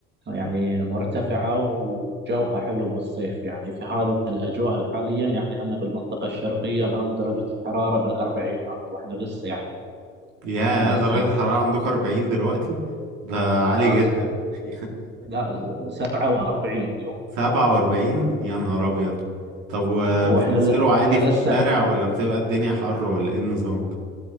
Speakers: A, on the right (about 35°); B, on the right (about 65°).
A: يعني مرتفعة وجوها حلو بالصيف يعني في هذه الأجواء حاليا يعني أنا بالمنطقة الشرقية الآن درجة الحرارة بالأربعينات وإحنا لسه يعني
B: يا
A: لسه
B: درجة
A: ب-
B: الحرارة عندكم 40 دلوقتي ده عالي
A: آه ست
B: جدا <laughs>
A: لا 47 اليوم
B: 47 يا نهار أبيض طب وبتنزلوا
A: وإحنا ل- وإحنا
B: عادي في
A: لسه
B: الشارع
A: في خم-
B: ولا بتبقى الدنيا حر ولا ايه النظام؟